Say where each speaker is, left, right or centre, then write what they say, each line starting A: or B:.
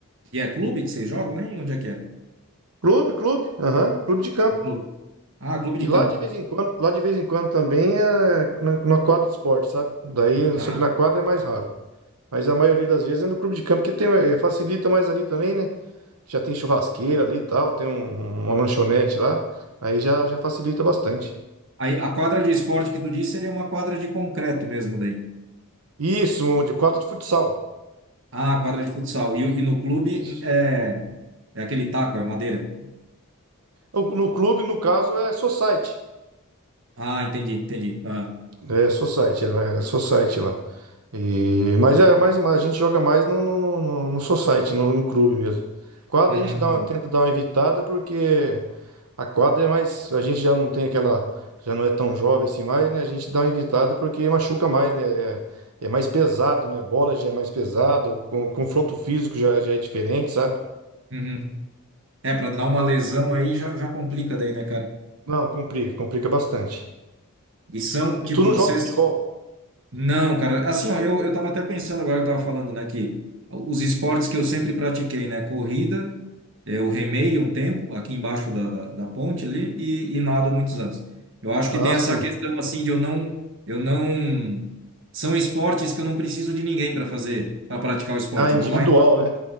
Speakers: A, on the right (about 55°); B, on the right (about 85°).
A: E é clube que vocês jogam, né? Onde é que é?
B: Clube, clube, aham, clube de campo.
A: Um clube. Ah, clube de
B: E lá
A: campo.
B: de vez em quando, lá de vez em quando também é na, na quadra de esporte, sabe? Daí,
A: Aham.
B: só que na quadra é mais raro. Mas a maioria das vezes é no clube de campo, que tem, eh, facilita mais ali também, né? Já tem churrasqueira ali e tal, tem um- uma lanchonete lá. Aí já, já facilita bastante.
A: Aí a quadra de esporte que tu disse seria uma quadra de concreto mesmo daí.
B: Isso, um de quadro de futsal.
A: Ah, quadra de futsal. E, o- e no clube
B: Isso.
A: é, é aquele taco, é madeira.
B: No, no clube, no caso, é society.
A: Ah, entendi, entendi. Aham.
B: É society, né? é society lá. E, mas, é, mas, mas a gente joga mais no, no, no, no no society, no, no clube mesmo. Quadra
A: Uhum.
B: a gente dá uma-
A: Uhum.
B: tenta dar uma evitada porque. A quadra é mais. A gente já não tem aquela. Já não é tão jovem assim mais, né? A gente dá uma evitada porque machuca mais, né? É, é mais pesado, né? Bola já é mais pesado, com, confronto físico já, já é diferente, sabe?
A: Uhum. É, para dar uma lesão aí já, já complica daí, né, cara?
B: Não, complica, complica bastante.
A: E são,
B: E
A: tipo,
B: tu não
A: vocês.
B: joga futebol?
A: Não, cara. Assim, ó, eu, eu tava até pensando agora, eu tava falando, né, que os esportes que eu sempre pratiquei, né, corrida, é, eu remei um tempo, aqui embaixo da, da, da ponte ali, e, e nado há muitos anos. Eu acho que
B: Ah,
A: tem essa
B: sim.
A: questão, assim, de eu não. Eu não. São esportes que eu não preciso de ninguém para fazer, para praticar o esporte.
B: Ah, individual,
A: Eu vou lá e. nado.
B: né?